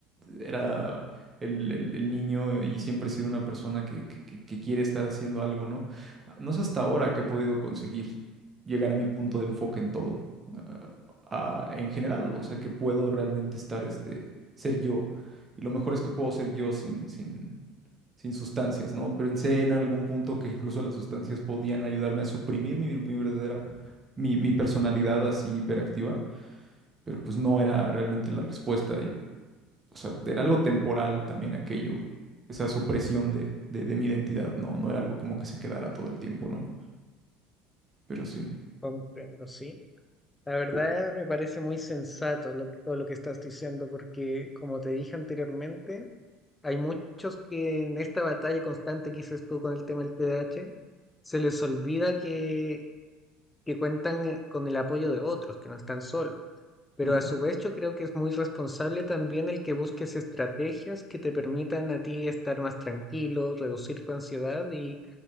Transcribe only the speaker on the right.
era el, el- el niño y siempre he sido una persona que, que- que- que quiere estar haciendo algo, ¿no? Ah, No es hasta ahora que he podido conseguir llegar a mi punto de enfoque en todo, ah, ah, en general, o sea, que puedo realmente estar, este, ser yo. Y lo mejor es que puedo ser yo sin, sin, sin sustancias, ¿no? Pero en en algún punto que incluso las sustancias podían ayudarme a suprimir mi, mi verdadera mi, mi personalidad así hiperactiva, pero pues no era realmente la respuesta. Y, o sea, era algo temporal también aquello, esa supresión de, de, de mi identidad, no, no era algo como que se quedara todo el tiempo, ¿no? Pero sí.
U-
Ujú,